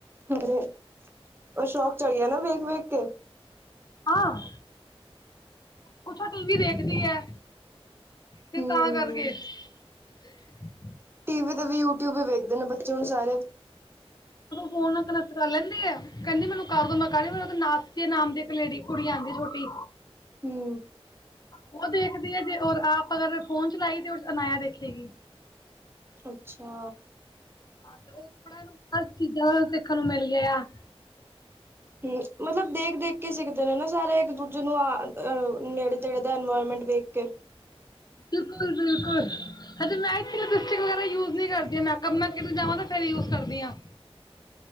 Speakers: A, on the right; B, on the left.
A: ਅਰੇ ਉਹਰ ਸ਼ੌਕ ਚੜ ਗਿਆ ਨਾ ਵੇਖ-ਵੇਖ ਕੇ,
B: ਹਾਂ ਕੁਛ ਔ ਟੀ ਵੀ ਦੇਖਦੀ ਹੈ। ਤੇ
A: ਹੂੰ
B: ਤਾਂ ਕਰਕੇ, <unintelligible>
A: ਟੀਵੀ ਵੀ ਯੂਟਿਊਬ ਵੀ ਵੇਖਦੇ ਨੇ ਬੱਚੇ ਹੁਣ ਸਾਰੇ,
B: ਫੋਨ ਕਨੈਕਟ ਕਰ ਲੈਂਦੀ ਆ ਕਹਿੰਦੀ ਮੈਨੂੰ ਕਰਦੋ ਮੈਂ ਕਰ ਨਾਸ ਨਾਮ ਦੀ ਇੱਕ ਲੇਡੀ ਕੁੜੀ ਆਦੀ ਛੋਟੀ
A: ਹੂੰ,
B: ਉਹ ਦੇਖਦੀ ਹੈ ਜੇ ਆਪ ਅਗਰ ਫੋਨ ਚਲਾਈ ਦੇ, ਅਨਾਇਯ ਦੇਖੇਗੀ।
A: ਅੱਛਾ
B: ਹਾਂ, ਤੇ ਉਹ ਬੜ ਹਰ ਚੀਜ਼ਾਂ ਦਾ ਸਿੱਖਣ ਨੂੰ ਮਿਲ ਗਿਆ।
A: ਹੂੰ ਮਤਲਬ ਦੇਖ-ਦੇਖ ਕੇ ਸਿੱਖਦੇ ਨੇ ਨਾ ਸਾਰੇ ਇੱਕ ਦੂਜੇ ਨੂੰ ਆ ਅ ਨੇੜੇ ਤੇੜੇ ਦਾ ਇਨਵਾਇਰਮੈਂਟ ਦੇੇਖ ਕੇ,
B: ਬਿਲਕੁਲ-ਬਿਲਕੁਲ, ਅ ਤੇ <unintelligible> ਵਗੈਰਾ, ਯੂਜ ਨੀ ਕਰਦੀ ਮੇਕਅੱਪ ਤੋਂ ਜਾਵਾਂ ਤਾਂ ਫੇਰ ਯੂਜ ਕਰਦੀ ਆ,